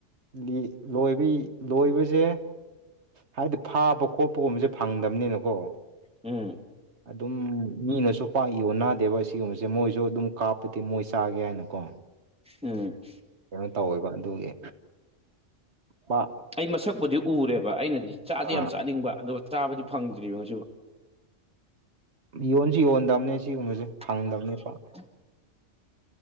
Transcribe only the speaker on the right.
ꯒꯤ ꯂꯣꯏꯕꯩ ꯂꯣꯏꯕꯖꯦ꯫ ꯍꯥꯏ ꯐꯥꯕ ꯈꯣꯠꯄꯒꯨꯝꯕꯁꯦ ꯐꯪꯗꯕꯅꯤꯅꯀꯣ
ꯑꯗꯨꯝ ꯃꯤꯅꯁꯨ ꯄꯥꯛ ꯌꯣꯟꯅꯥꯗꯦꯕ ꯑꯁꯤꯒꯨꯝꯕꯁꯦ ꯃꯣꯏꯁꯨ ꯑꯗꯨꯝ ꯀꯥꯞꯄꯗꯤ ꯃꯣꯏ ꯆꯥꯒꯦ ꯅꯥꯀꯣ
ꯀꯩꯅꯣ ꯇꯧꯋꯦꯕ ꯑꯗꯨꯒꯤ ꯄꯥ꯫
ꯑꯥ
ꯌꯣꯟꯁꯨ ꯌꯣꯟꯗꯕꯅꯦ ꯁꯤꯒꯨꯝꯕꯁꯦ ꯐꯪꯗꯕꯅꯦ
ꯄꯥꯛ